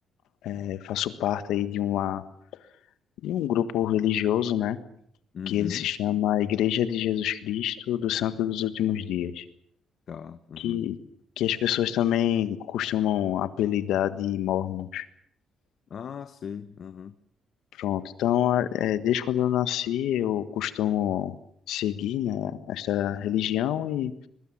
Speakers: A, on the left; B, on the left.
A: é, faço parte aí de uma de um grupo religioso, né,
B: uhum,
A: que ele se chama Igreja de Jesus Cristo dos Santos dos Últimos Dias,
B: tá, uhum.
A: que que as pessoas também costumam apelidar de Mormons.
B: Ah, sei, uhum,
A: Pronto, então a- é, desde quando eu nasci eu costumo seguir, né, esta religião e,